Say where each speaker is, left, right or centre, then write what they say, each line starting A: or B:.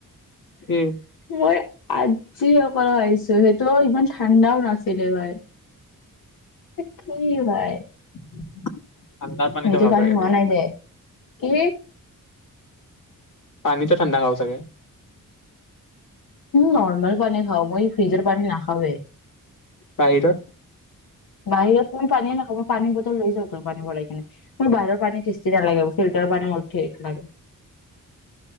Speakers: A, on the left; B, on the left.
A: এই
B: মই আজি অকল আহিছো সেই ত ইমান ঠাণ্ডাও নাছিলে ভাই কি ভাই
A: <unintelligible> পানীটো
B: ইটো
A: খাব
B: পানীত আমি
A: চাগে
B: হোৱা নাই যে কি
A: পানীটে ঠাণ্ডা হল চাগে
B: নৰ্মেল পানী হ মই ফ্ৰিজৰ পানী নাখাওঁ হ
A: বাহিৰত
B: বাহিৰত মই পানীয়ে নাখাও মই পানী বটল লৈ যাওঁ ত পানী ভৰাই কিনে মই বাহিৰৰ পানী টেষ্টি নালাগে ফিলটাৰ পানী ফেক লাগে